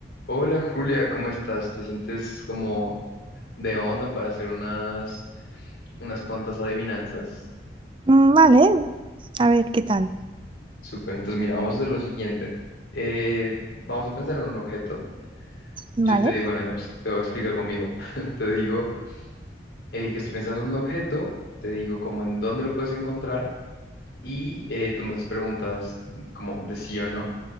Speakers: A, on the left; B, on the right.
A: Hola Julia, ¿cómo estás? ¿Te sientes como de onda para hacer unas, unas cuantas adivinanzas?
B: Mm, Vale, a ver qué tal.
A: Súper, entonces mira, vamos a hacer lo siguiente. Eh, vamos a pensar en un objeto.
B: Vale,
A: Yo te digo, bueno, digamos, te voy a explicar conmigo. <laughs> Te digo eh, que estoy pensando en un objeto, te digo como en dónde lo puedes encontrar y eh, tú me haces preguntas como de sí o no.